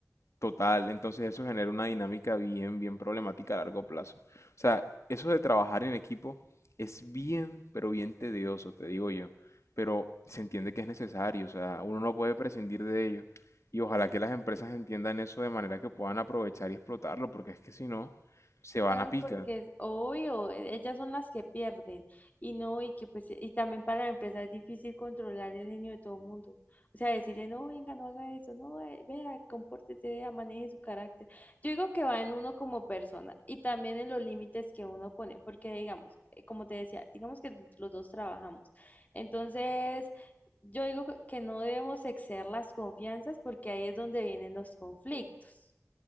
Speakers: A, on the left; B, on the left.
A: total, entonces eso genera una dinámica bien, bien problemática a largo plazo. O sea, eso de trabajar en equipo es bien, pero bien tedioso, te digo yo. Pero se entiende que es necesario, o sea, uno no puede prescindir de ello. Y ojalá que las empresas entiendan eso de manera que puedan aprovechar y explotarlo, porque es que si no, se
B: Claro,
A: van a picar.
B: porque es obvio, e- ellas son las que pierden y no, y que pues, y también para la empresa es difícil controlar el genio de todo el mundo. O sea, decirle, no, venga, no haga eso, no, eh, vea, compórtese, vea, maneje su carácter. Yo digo que va en uno como persona y también en los límites que uno pone, porque digamos, eh, como te decía, digamos que los dos trabajamos. Entonces, yo digo que que no debemos exceder las confianzas porque ahí es donde vienen los conflictos.